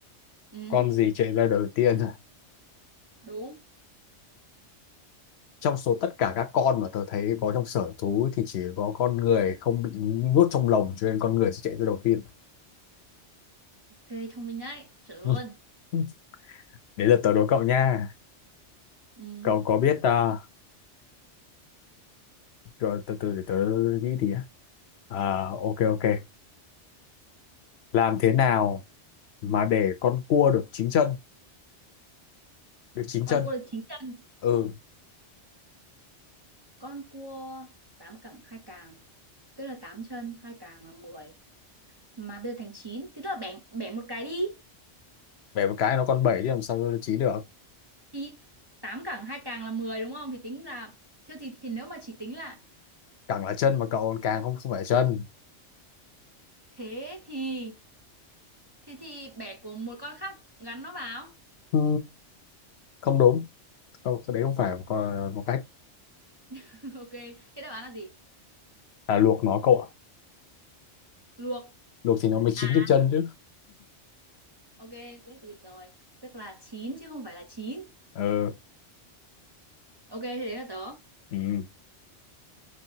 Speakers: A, on the right; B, on the left.
A: ừ
B: con gì chạy ra đầu tiên
A: đúng
B: trong số tất cả các con mà tớ thấy có trong sở thú thì chỉ có con người không bị nuốt trong lồng cho nên con người sẽ chạy ra đầu tiên
A: ok thông minh đấy chuẩn luôn
B: <laughs> Ừ. Đấy là tớ đố cậu nha.
A: ừ.
B: Cậu có biết à, rồi từ từ để tớ nghĩ thì á. à, ok ok. Làm thế nào mà để con cua được chín chân, được chín
A: con
B: chân?
A: cua được chín chân
B: Ừ,
A: con cua tám cẳng hai càng tức là tám chân hai càng là 10, mà bây giờ thành 9, thì tức là bẻ bẻ một cái đi
B: bẻ một cái nó còn bảy chứ làm sao nó chín được.
A: thì tám cẳng hai càng là 10 đúng không thì tính là thế thì, thì nếu mà chỉ tính là
B: Càng là chân mà cậu còn càng không không phải chân.
A: thế thì thì thì bẻ của một con khác gắn nó vào
B: Ừ, không đúng. Không, cái đấy không phải một, con- một cách
A: <laughs> ok thế đáp án là gì
B: là luộc nó cậu ạ.
A: luộc
B: Luộc thì nó mới chín
A: à
B: được chân chứ.
A: ok biết thì rồi tức là 9 chứ không phải là chín,
B: Ừ,
A: ok thế đấy là tớ
B: ừ.